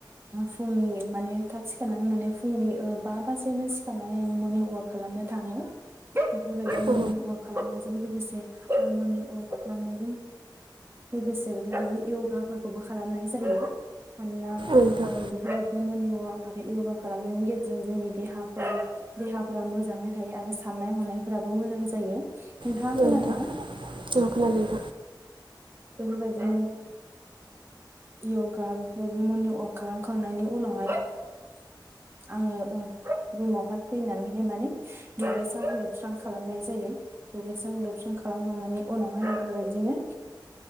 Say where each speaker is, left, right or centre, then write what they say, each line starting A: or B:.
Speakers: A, on the right; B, on the right.
A: फुंनि माने थाब सिखारनानै माने फुंनि बाजियावनो सिखारनानै आं मर्नि ववाक खालामनो थाङो बेफोरबायदिनो
B: औ नोंथां औ
A: मनि वाक खालामनायजों लोगोसे मर्निं वाक खालामनाय जायो लोगोसे युगा फोरखौबो खालामनाय जायो मानोना
B: नोंथां
A: बेफोर एनो मरनिं अवाक आरो युगा खालामनायनि गेजेरजों जोंनि देहा देहाफोरा मोजाङै थायो आरो साननाय हनायफोरा मोजां जायो नोंथाङा
B: औ
A: खोनादोंना
B: नोंथां औ खोनादों नोंथां उम औ नोंथां उम औ नोंथां औ खोनादों नोंथां औ नोंथां औ नोंथां औ नोंथां औ नोंथां औ नोंथां औ नोंथां उम औ
A: बेबायदिनो युगा बेबायदिनो मोन खालामखांनायनि उनावहाय आङो रुमावहाय फैनानैहाय माने दुगैस्रां लोबस्रां खालामनाय जायो दुगैस्रां लोबस्रां खालामखांनायनि उनावहाय बेफोरबायदिनो